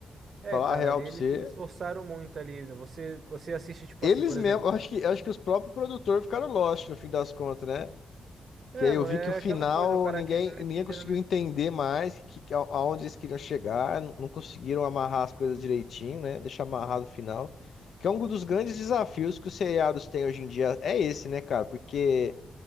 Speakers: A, on the right (about 45°); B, on the left (about 60°).
A: É,
B: Falar
A: cara,
B: a real
A: ali eles,
B: pra você.
A: eles forçaram muito ali. né? Você, você assiste, tipo
B: Eles
A: assim, por
B: mesmo,
A: exemplo.
B: eu acho que, acho que os próprios produtores ficaram lost no fim das contas, né?
A: É,
B: Que aí
A: mano,
B: eu vi
A: é
B: que o final
A: aquela coisa, o cara
B: ninguém,
A: quer ganhar
B: ninguém
A: dinheiro,
B: conseguiu
A: né?
B: entender mais que, que a- aonde eles queriam chegar, não não conseguiram amarrar as coisas direitinho, né? Deixar amarrado o final. Que é um dos grandes desafios que os seriados têm hoje em dia, é esse, né, cara? Porque.